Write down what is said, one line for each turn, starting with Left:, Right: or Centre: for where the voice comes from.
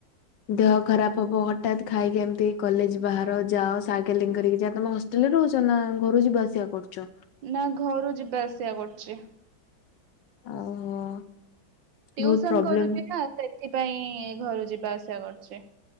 Left: ଦେହ ଖରାପ ହବ ହଠତ୍ ଖାଇକି ଏମିତି କଲେଜ ବାହାର ଯାଅ ସାଇକେଲିଂ କରିକି ଯାଅ ତମ ରହୁଚ ନା ଘରୁ ଯିବା ଆସିବା କରୁଚ?
Right: ନା ଘରୁ ଯିବା ଆସିବା କରୁଛି।
Left: ଓହୋ।
Right: ଟ୍ୟୁସନ
Left: ବହୁତ ପ୍ରୋବ୍ଲେମ
Right: କରୁଛି ନା ସେଥିପାଇଁ ଘରୁ ଯିବା ଆସିବା କରୁଚି।